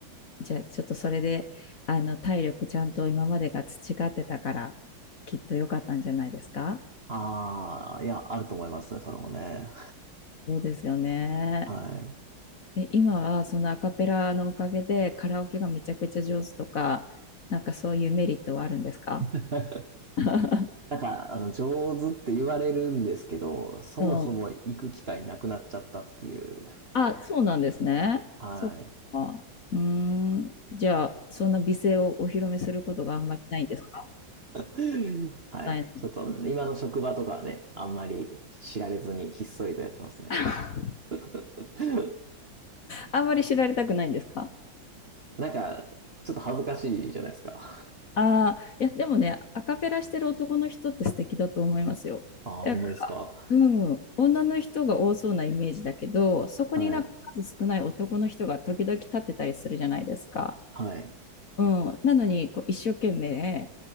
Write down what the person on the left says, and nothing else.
じゃあ、ちょっとそれで、あの、体力ちゃんと今までが培ってたから、きっと良かったんじゃないですか
そうですよね。
え、今はそのアカペラのおかげでカラオケがめちゃくちゃ上手とか、なんかそういうメリットはあるんですか
<laughs>
うん。あ、そうなんですね。
そっか。うーん。じゃあ、そんな美声をお披露目することがあんまりないんですか
ない
<laughs>
あんまり知られたくないんですか
ああ、いや、でもね、アカペラしてる男の人って素敵だと思いますよ。
なんか、
うん、女の人が多そうなイメージだけど、そこになんか数少ない男の人が時々立ってたりするじゃないですか。
うん、なのにこう一生懸命